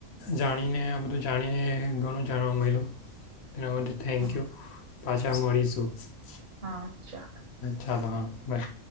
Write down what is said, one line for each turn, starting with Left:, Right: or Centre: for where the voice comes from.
Left: જાણી ણીને આ બધું જાણીને ઘણું જાણવા મળલ્યું તેના માટે થેન્ક
Right: હા
Left: યુ. પાછા મળીશું જ.
Right: હા ચાલ
Left: ચાલો હા બાય.